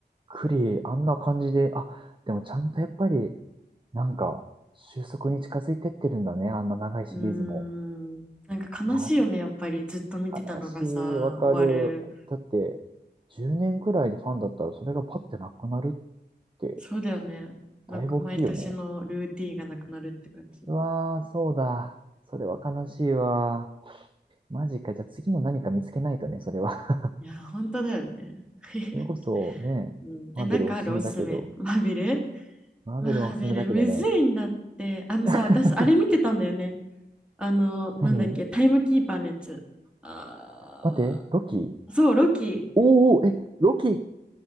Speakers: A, on the right (about 30°); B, in the centre.
A: クリ、あんな感じで、あ、でもちゃんとやっぱり、なんか、収束に近づいてってるんだね、あんな長いシリーズも。
B: うーん。なんか悲しいよね、
A: なる
B: やっぱり。ずっと見てたのがさ、
A: ほど。悲しい、わかる。
B: 終わる。
A: だって、10年ぐらいでファンだったら、それがパッてなくなるって、
B: そうだよね。
A: だいぶ大きいよね。
B: なんか毎年のルーティンがなくなるって感じ。
A: うわー、そうだ。それは悲しいわ。マジか。じゃあ次の何か見つけないとね、それは。
B: いや、本当だよね。
A: <laughs>
B: <laughs>
A: それこそね、
B: うん、
A: マーベルおすすめだけど、
B: え、なんかあるおすすめ。マーベル
A: マーベルはおすすめだけどね、
B: マーベル、むずいんだって。あのさ、私、
A: <laughs>
B: あれ見てたんだよね。あの、
A: 何
B: なんだっけ、タイムキーパーのやつ。あ
A: 待って、ロキ
B: ーそう、ロキ。
A: おーおー、え、ロキ